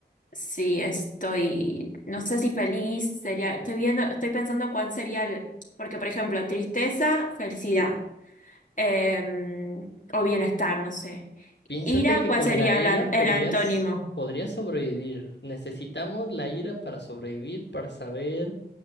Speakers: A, on the left; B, on the left.
A: Sí, estoy, no sé si feliz sería, estoy viendo, estoy pensando cuál sería el, porque por ejemplo, tristeza, felicidad, eh, o bienestar, no sé.
B: Piénsate
A: Ira,
B: que
A: ¿cuál
B: con
A: sería
B: la ira
A: el, an-
B: podrías,
A: el antónimo?
B: podrías sobrevivir. Necesitamos la ira para sobrevivir, para saber.